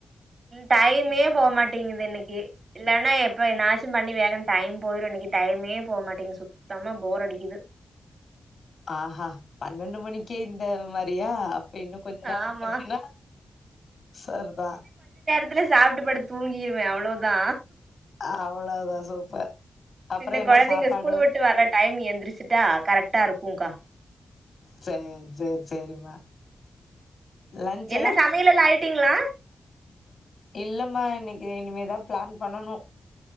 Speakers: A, on the right; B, on the left.
A: டைமே போமாட்டேங்குது இன்னைக்கு இல்லன்னா எப்ப என்னாச்சு பண்ணி வேல டைம் போயிரு இன்னைக்கு டைமே போக மாட்டேகி சுத்தமா போர் அடிக்குது
B: ஆஹா பன்னெண்டு மணிக்கே இந்த மா அப்டியா அப்ப இன்னு கொஞ்ச நேரோ
A: ஆமா
B: போச்சின்னா சர்தா
A: த்துல சாப்ட்டு படுத் தூங்கிருவே அவ்ளோ தா
B: அவ்ளோ தா சூப்பர் அப்பறோ
A: பின்ன
B: என்ன
A: கொழந்தைங்க
B: சாப்பாடு
A: ஸ்கூல விட்டு வர்ற டைம் எந்திரிச்சிட்டா கரெக்ட்டா இருக்குங்கா
B: சேர் சேரி சேரிம்மா லன்ச்
A: என்ன
B: எல்லா
A: சமையலெல்லா ஆயிட்டீங்களா
B: இல்லம்மா இன்னக்கி இனிமேதா பிளான் பண்ணனு